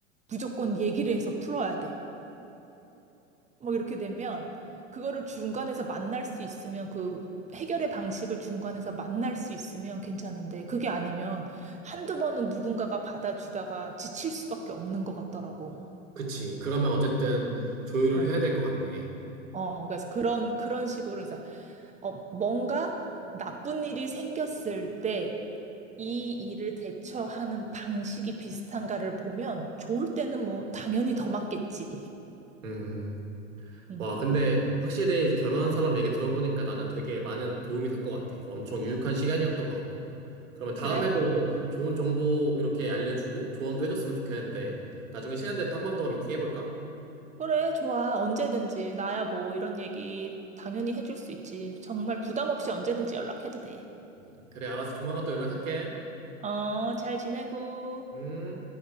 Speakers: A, on the right; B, on the right.
A: 무조건 얘기를 해서 풀어야 돼. 막 이렇게 되면 그거를 중간에서 만날 수 있으면 그 해결의 방식을 중간에서 만날 수 있으면 괜찮은데 그게 아니면 한두 번은 누군가가 받아주다가 지칠 수밖에 없는 것 같더라고.
B: 그치. 그러면 어쨌든 조율을
A: 어,
B: 해야 될 것 같네.
A: 어, 그래서 그런 그런 식으로 그래서 어, 뭔가 나쁜 일이 생겼을 때 이 일을 대처하는 방식이 비슷한가를 보면 좋을 때는 뭐 당연히 더 맞겠지.
B: 음,
A: <laughs> 음.
B: 와, 근데 확실히 이제 결혼한 사람 얘기 들어보니까 나는 되게 많은 도움이 된 것 같아. 엄청 유익한 시간이었던 것 같고. 그러면 다음에도
A: 그래?
B: 좋은 정보 이렇게 알려주고 조언도 해줬으면 좋겠는데 나중에 시간 될 때 한 번 더 미팅 해볼까?
A: 그래, 좋아. 언제든지. 나야 뭐 이런 얘기 당연히 해줄 수 있지. 정말 부담 없이 언제든지 연락해도 돼.
B: 음, 그래, 알았어. 조만간 또 연락할게.
A: 어, 잘 지내고.
B: 음.